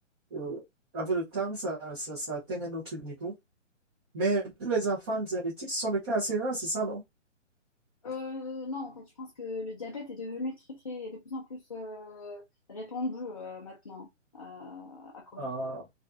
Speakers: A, on the right (about 20°); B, on the left (about 30°).
A: euh, avec le temps, ça, ça, ça atteint un autre niveau. Mais pour les enfants diabétiques, ce sont des cas assez rares, c'est ça, non?
B: Euh, non, en fait, je pense que le diabète est devenu très, très, de plus en plus euh, répandu euh, maintenant euh, à cause
A: Ah,
B: de-